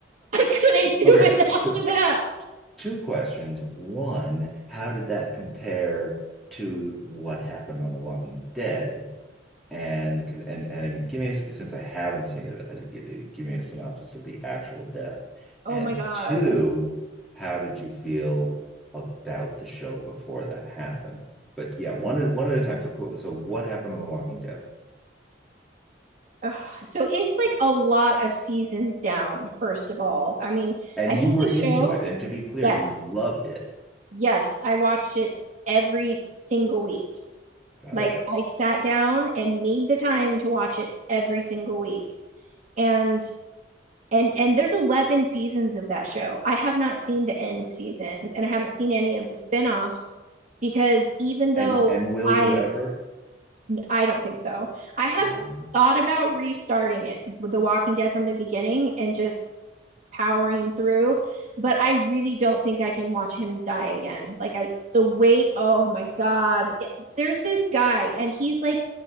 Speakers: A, on the right; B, in the centre.
A: I couldn't do
B: Okay,
A: it <laughs> after
B: so
A: that.
B: two questions. One, how did that compare to what happened on The Walking Dead? And 'cause- and and if you- give me a, since I haven't seen it, uh, give, give me a synopsis of the actual death. And
A: Oh my God.
B: two, how did you feel about the show before that happened? But yeah, one at one at a time. So co- so what happened on The Walking Dead?
A: Ugh. So it's like a lot of seasons down, first of all. I mean,
B: And
A: I
B: you
A: think
B: were
A: the
B: into
A: show,
B: it, and to be clear,
A: yes,
B: you loved it.
A: yes, I watched it every single week.
B: Got
A: Like
B: it.
A: I sat down and made the time to watch it every single week. And and and there's 11 seasons of that show i have not seen the end seasons and i haven't seen any of the spinoffs, because even though
B: And and will
A: i
B: you ever?
A: i don't think so i have
B: Uh,
A: thought about restarting it with the walking dead from the beginning and just powering through but i really don't think i can watch him die again like i the weight oh my god there's this guy and he's like